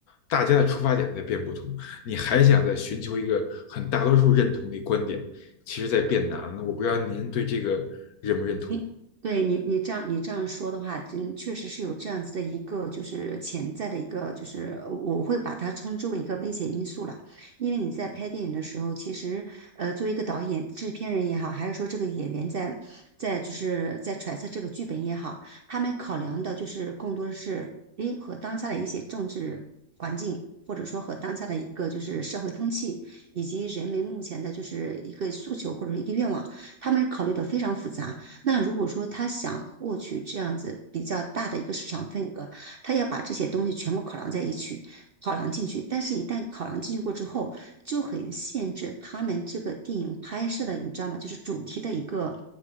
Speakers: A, on the left (about 80°); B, on the right (about 65°).
A: 大家的出发点在变不同，你还想再寻求一个很大多数认同的观点，其实在变难了。我不知道您对这个认不认同？
B: 你对你你这样你这样说的话，真确实是有这样子的一个就是潜在的一个就是呃我会把它称之为一个危险因素了，因为你在拍电影的时候，其实呃作为一个导演、制片人也好，还是说这个演员在在就是在揣测这个剧本也好，他们考量的就是更多的是诶和当下的一些政治环境。或者说和当下的一个就是社会风气，以及人们目前的就是一个诉求或者一个愿望，他们考虑的非常复杂。那如果说他想获取这样子比较大的一个市场份额，他要把这些东西全部考量在一起，考量进去。但是，一旦考量进去过之后，就很限制他们这个电影拍摄的，你知道吗？就是主题的一个